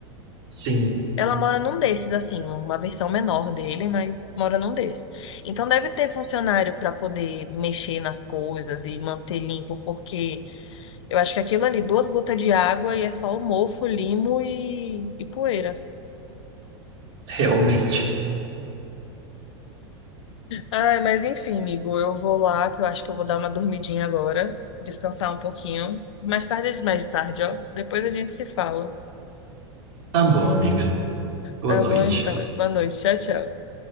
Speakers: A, on the right; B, on the left.
A: Sim,
B: Ela mora num desses, assim, uma versão menor dele, mas mora num desses. Então deve ter funcionário para poder mexer nas coisas e manter limpo, porque eu acho que aquilo ali, duas gotas de água e é só o mofo, limo e, e poeira.
A: <laughs> realmente.
B: Ai, mas enfim, amigo, eu vou lá, que eu acho que eu vou dar uma dormidinha agora, descansar um pouquinho. Mais tarde, mais tarde, ó. Depois a gente se fala.
A: Tá bom, amiga. Boa
B: Tá
A: noite.
B: bom, então. Boa noite. Tchau, tchau.